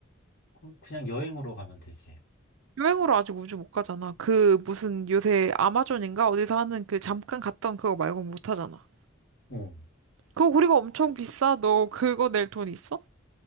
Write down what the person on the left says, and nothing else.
그- 그냥 여행으로 가면 되지.
응.